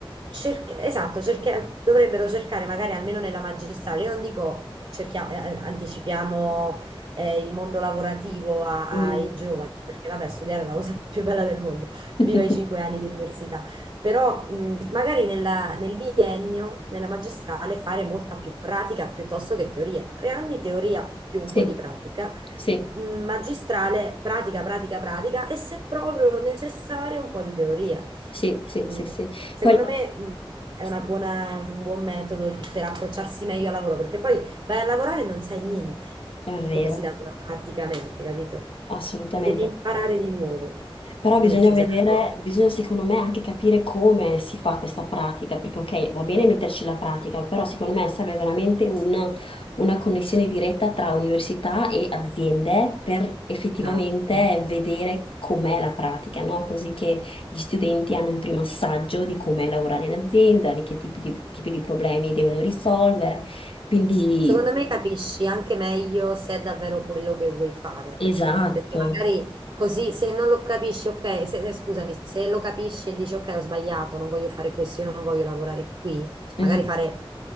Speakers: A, on the right; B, on the left.
A: cerca- esatto, cerca- dovrebbero cercare magari almeno nella magistrale, io non dico cerchia- eh, eh, anticipiamo eh, il mondo lavorativo a-
B: mm.
A: ai giovani, perché vabbè, studiare è la cosa <laughs> più bella del mondo,
B: <laughs>
A: viva i cinque anni di università, però mh, magari nella- nel biennio, nella magistrale, fare molta più pratica piuttosto che teoria, tre anni teoria più un
B: Sì,
A: po' di pratica
B: sì.
A: mh, magistrale, pratica, pratica, pratica e se proprio necessario un po' di teoria.
B: Sì, sì,
A: Mm,
B: sì, sì.
A: Secondo
B: Poi la-
A: me mm, è
B: sì,
A: una buona- è un buon metodo per approcciarsi meglio al lavoro, perché poi vai a lavorare e non sai niente
B: è
A: di
B: vero,
A: come si lavora praticamente, capito?
B: assolutamente.
A: E devi imparare di nuovo,
B: Però
A: giusto?
B: bisogna vedere,
A: Sei d'accordo?
B: bisogna secondo me anche capire come si fa questa pratica, perché ok, va bene metterci la pratica, però secondo me serve veramente un- una connessione diretta tra università e aziende per effettivamente
A: Esatto.
B: vedere com'è la pratica, no? Così che gli studenti hanno un primo assaggio di com'è lavorare in azienda, di che tipi di tipi di problemi devono risolvere. Quindi,
A: Secondo me capisci anche meglio se è davvero quello che vuoi fare,
B: esatto.
A: perché magari così se non lo capisci, ok, se- se- scusami, se lo capisci e dici ok, ho sbagliato, non voglio fare questo, io non voglio lavorare qui, cioè
B: Mhm,
A: magari fare,